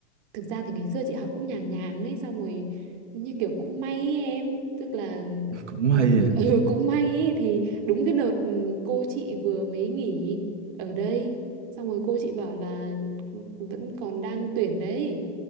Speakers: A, on the right; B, on the right.
A: thực ra thì ngày xưa chị học cũng nhàng nhàng ấy xong rồi như kiểu cũng may ấy, em tức là
B: <laughs> cũng
A: ừ,
B: hay à
A: <laughs> cũng may ấy, thì đúng cái đợt ừ, cô chị vừa mới nghỉ ở đây xong rồi cô chị bảo là vẫn còn đang tuyển đấy